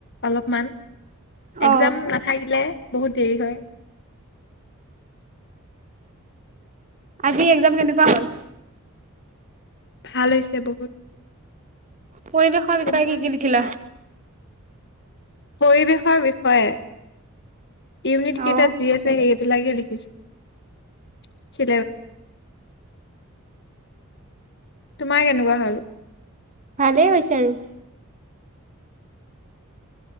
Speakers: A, on the left; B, on the right.
A: অলপমান
B: অ
A: একজাম নাথাকিলে বহুত দেৰি হয়
B: আজি এক্সাম কেনেকুৱা হল
A: ভাল হৈছে বহুত
B: পৰিৱেশৰ বিষয়ে
A: তোমাৰ
B: কি কি লিখিলা
A: পৰিৱেশৰ বিষয়ে ইউনিট কেইটাত
B: অ
A: যি আছে সেই বিলাকে লিখিম। চ' তোমাৰ কেনেকুৱা হ'ল?
B: ভালেই হৈছে আৰু